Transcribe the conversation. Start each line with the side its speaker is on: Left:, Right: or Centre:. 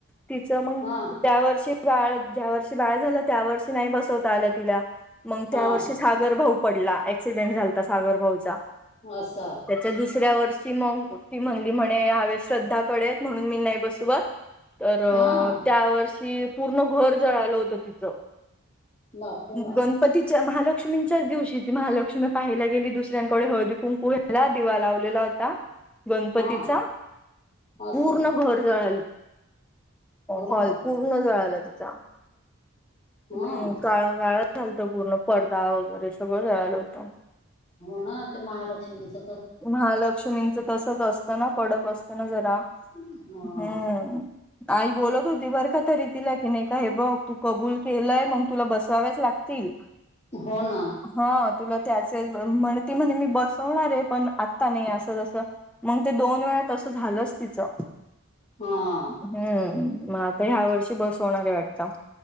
Centre: तिचं मग
Left: हा
Centre: त्या वर्षी बाळ, ज्या वर्षी बाळ झालं, त्या वर्षी नाही बसवता आलं तिला, मग त्या
Left: हा
Centre: वर्षी सागर भाऊ पडला, ऍक्सिडेंट झालता सागर भाऊचा.
Left: ह का?
Centre: त्याच्या दुसऱ्या वर्षी मग ती म्हणली म्हणे, ह्या वेळेस श्रध्दाकडे आहेत, म्हणून मी नाही बसवत. तर
Left: हा
Centre: त्या वर्षी पूर्ण घर जळालं होतं तिचं.
Left: बापरे
Centre: मग
Left: बाप!
Centre: दोन पती च्या महालक्ष्मींच्याच दिवशी ती महालक्ष्मी पहायला गेली. दुसऱ्यांकडे, हळदीकुंकू ला दिवा लावलेला होता, गणपतीचा.
Left: हां, असं.
Centre: पूर्ण घर जळालं. हो,
Left: अरे
Centre: हॉल
Left: बापरे!
Centre: पूर्ण जळाला तिचा.
Left: हां.
Centre: हम्म, काळा- काळा झालता. पूर्ण, पडदा वगैरे सगळं जळालं होतं.
Left: हो ना, ते महालक्ष्मीच.
Centre: महालक्ष्मींचं तसच असतं ना, कडक असतं ना जरा,
Left: हां.
Centre: हम्म. आई बोलत होती बर का तरी तिला की, नाही का हे बघ, तू कबूल केलंय, मग तुला बसव्यावाच लागतील.
Left: हो ना.
Centre: हा तुला ते असेल म्हणे, ती म्हणे मी बसवणार आहे. पण आत्ता नाही. असं जसं, मग ते दोन वेळा तसं झालंच तिचं.
Left: हा.
Centre: हम्म, म आता ह्यावर्षी बसवणार आहे वाटतं.